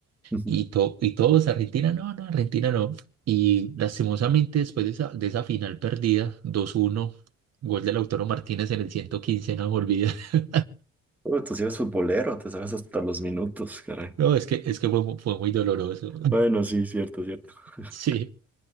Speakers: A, in the centre; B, on the right.
A: <laughs>
B: Y, to- y todos, Argentina no, no, Argentina no. Y lastimosamente después de esa, de esa final perdida, 2-1, gol de Lautaro Martínez en el 115, no me olvida. <laughs>
A: Bueno, tú sí eres futbolero, te sabes hasta los minutos, caray.
B: No, es que, es que fue, mu- fue muy doloroso. <laughs>
A: Bueno, sí, cierto, cierto. <laughs>
B: Sí.